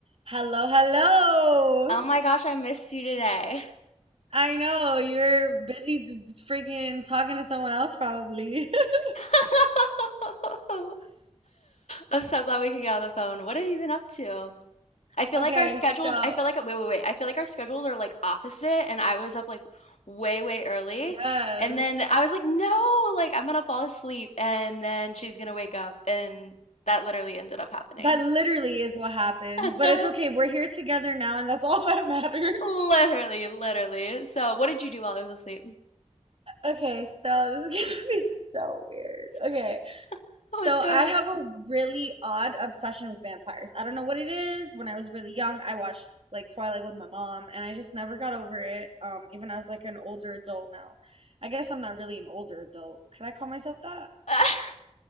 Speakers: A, on the right (about 55°); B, on the left (about 70°).
A: Hello, hello.
B: Oh my gosh, I missed you today.
A: I know you're busy freaking talking to someone else probably. <laughs>
B: <laughs> I'm so glad we could get on the phone. What have you been up to? I feel
A: Okay,
B: like our schedules,
A: so
B: I feel like, wait, wait, wait. I feel like our schedules are like opposite, and I was up like way, way early.
A: yes.
B: And then I was like, no, like I'm gonna fall asleep, and then she's gonna wake up. And that literally ended up happening.
A: That literally is what happened.
B: <laughs>
A: But it's okay. We're here together now, and that's all that matters.
B: Literally,
A: <laughs>
B: literally. So, what did you do while I was asleep?
A: Okay, so this is gonna be so weird. Okay.
B: <laughs> What's
A: So I
B: going on?
A: have a really odd obsession with vampires. I don't know what it is. When I was really young, I watched like Twilight with my mom, and I just never got over it. Um, even as like an older adult now. I guess I'm not really an older adult. Could I call myself that?
B: <laughs>